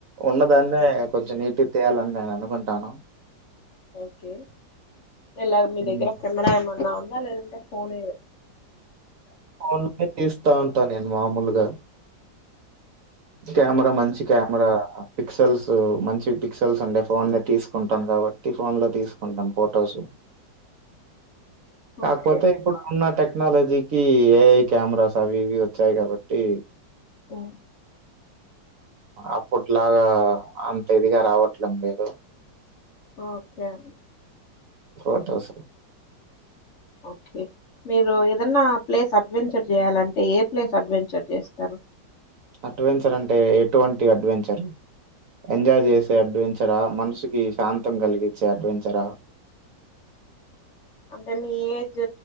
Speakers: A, on the right (about 65°); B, on the left (about 60°).
A: ఉన్నదాన్నే
B: ఓ-
A: కొంచెం నీటి తేయాలని నేను అనుకుంటాను
B: ఓకే ఇలా మీ
A: హ్మ్.
B: దగ్గర కెమెరా ఏమన్నా ఉందా లేదంటే ఫోన్
A: అన్ తీస్తా ఉంటా నేను మామూలుగా క్యమెరా మంచి క్యమెరా పిక్సల్స్ మంచి పిక్సల్స్ ఉండే ఫోన్ నే తీసుకుంటాను కాబట్టి ఫోన్ లో తీసుకుంటాను ఫొటోస్ కాకపోతే
B: ఓకే
A: ఇప్పుడు ఉన్న టెక్ టెక్నాలజీకి ఏఐ కెమెరాస్ అవి ఇవి వచ్చాయి కాబట్టి
B: ఓ
A: అప్పట్లాగా అంత ఇదిగా రావట్ల మీరు
B: ఓకే
A: ఫోటోసు
B: ఓకే మీరు ఏదన్నా ప్లేస్ అడ్వెంచర్ చేయాలంటే ఏ ప్లేస్ అడ్వెంచర్ చేస్తారు
A: అడ్వెంచర్ అంటే ఎటువంటి అడ్వెంచరు ఎంజాయ్ చేసే అడ్వెంచరా మనసుకి శాంతం కలిగించే అడ్వెంచరా
B: అంటే మీ ఏజ్